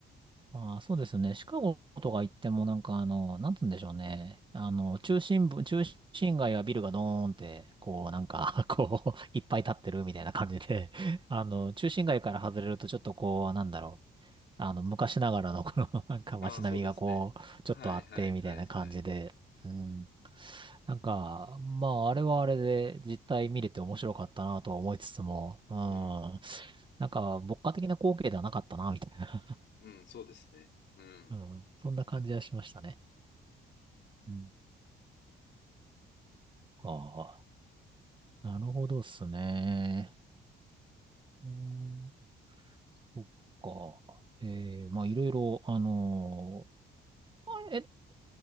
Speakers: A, on the right; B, on the left.
A: まあ、そうですね。シカゴとか行ってもなんかあの、なんつうんでしょうね。あの、中心部、中心街はビルがドーンって、こうなんか <laughs> こう、いっぱい立ってるみたいな感じで、<laughs> あの、中心街から外れるとちょっとこう、なんだろう。あの、昔ながらのこの <laughs> なんか街並みがこう、
B: ああ、そうですね。
A: ちょっとあって、
B: はいはいはいはい。
A: みたいな感じで。うん。なんか、まあ、あれはあれで実態見れて面白かったなとは思いつつも、うん。
B: うん、
A: なんか、牧歌的な光景ではなかったな、みたいな。
B: うん、そうですね。うん。
A: うん。そんな感じはしましたね。うん。ああ、なるほどっすね。うーん、そっか。ええまあ、いろいろ、あのーあえ、